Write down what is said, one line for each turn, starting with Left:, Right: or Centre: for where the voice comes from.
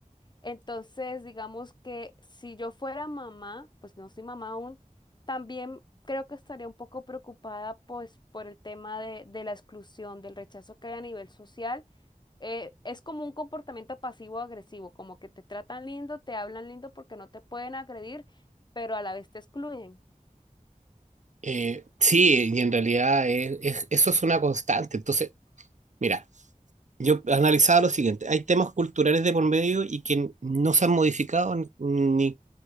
Left: Entonces, digamos que si yo fuera mamá, pues no soy mamá aún, también creo que estaría un poco preocupada pues por el tema de, de la exclusión, del rechazo que hay a nivel social. Eh, es como un comportamiento pasivo-agresivo, como que te tratan lindo, te hablan lindo porque no te pueden agredir, pero a la vez te excluyen.
Right: Eh, sí, y en realidad es- es- eso es una constante. Entonces, mira, yo analizaba lo siguiente, hay temas culturales de por medio y que no se han modificado ni,